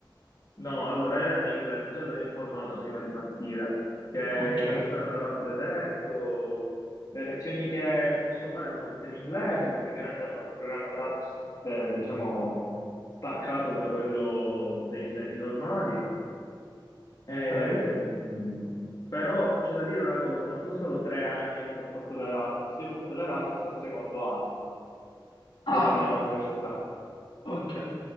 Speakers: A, on the left; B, on the left.
A: No, allora ero in inglese, già mi ero informato prima di partire, che il
B: Ok,
A: professore me l'aveva pure detto, le lezioni che posso fare sono tutte in inglese, perché ovviamente hanno il programma Erasmus, eh, diciamo, staccato da quello degli studenti normali. Ehm,
B: ok.
A: però c'è da dire una cosa, non sono stato tre anni e poi ho fatto l'Erasmus, io ho fatto l'Erasmus al secondo anno
B: Ah,
A: della mia università.
B: ok,